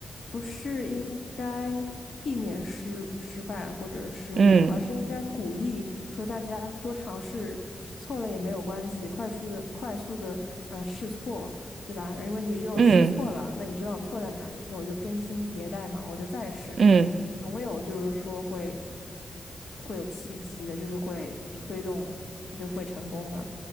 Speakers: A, on the left (about 75°); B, on the right (about 80°).
A: 不是应该避免失失败或者失误，
B: 嗯
A: 而是应该鼓励说大家多尝试，错了也没有关系，快速的快速的呃试错，对吧？因为你只有试错了，
B: 嗯
A: 那你知道错在哪里，那我就更新迭代嘛，我就再试，
B: 嗯嗯
A: 总有就是说会会有契机的，就是会推动，你就是会成功的。